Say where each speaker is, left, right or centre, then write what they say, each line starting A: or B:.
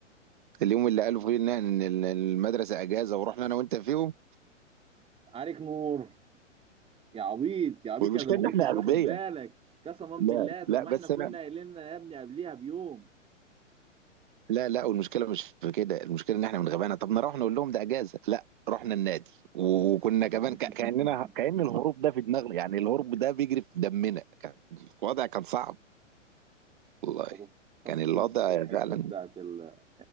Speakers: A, on the right; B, on the right.
A: اليوم اللي قالوا فيه ان إن المدرسه اجازه ورحنا انا وانت فيهم
B: عليك نور يا عبيط يا عبيط
A: والمشكله
B: يا اللي ما
A: ان
B: كنتش
A: احنا اغبياء
B: واخد بالك قسما بالله
A: لا
B: طب
A: لا
B: ما
A: بس
B: احنا كنا
A: انا
B: قايلين يا ابني قبليها بيوم
A: لا لا والمشكله مش في كده المشكله ان احنا من غبانا طب نروح نقول لهم ده اجازه لا رحنا النادي وكنا
B: <laughs>
A: كمان ك- كاننا كأن الهروب ده في دماغنا يعني الهروب ده بيجري في دمنا كان الوضع كان صعب والله
B: خطفت- خطفتني
A: كان الوضع
B: انت في الحته
A: فعلا
B: بتاعت ال...